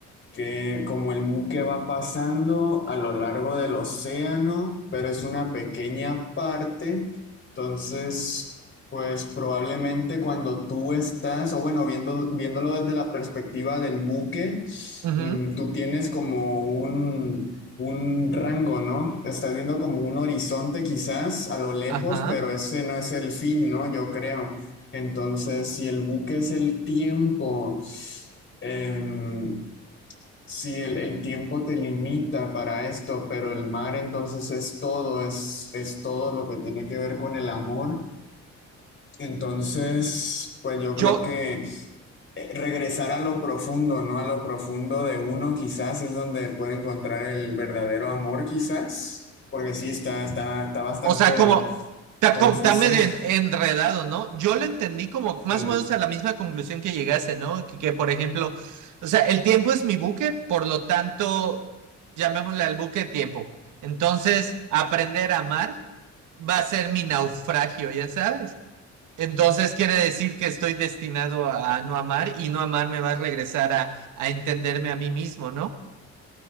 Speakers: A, on the left; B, on the right.
A: que como el buque va pasando a lo largo del océano, pero es una pequeña parte, entonces, pues probablemente cuando tú estás, o bueno, viendo, viéndolo desde la perspectiva del buque,
B: Ujú,
A: mm, tú tienes como un, un rango, ¿no? Estás viendo como un horizonte quizás a lo lejos,
B: Ajá.
A: pero ese no es el fin, ¿no? Yo creo. Entonces, si el buque es el tiempo, em, Sí, el, el tiempo te limita para esto, pero el mar entonces es todo, es, es todo lo que tiene que ver con el amor. Entonces, pues yo creo
B: Yo,
A: que eh, regresar a lo profundo, ¿no? A lo profundo de uno quizás es donde puede encontrar el verdadero amor quizás, porque sí, está, está, está bastante
B: O sea, como está,
A: confusa.
B: co- está medio
A: <laughs>
B: en- enredado, ¿no? Yo lo entendí como
A: Sí,
B: más o menos a la misma conclusión que llegase, ¿no? Que, que, por ejemplo, o sea, el tiempo es mi buque, por lo tanto, llamémosle al buque tiempo. Entonces, aprender a amar va a ser mi naufragio, ya sabes. Entonces quiere decir que estoy destinado a no amar y no amar me va a regresar a, a entenderme a mí mismo, ¿no?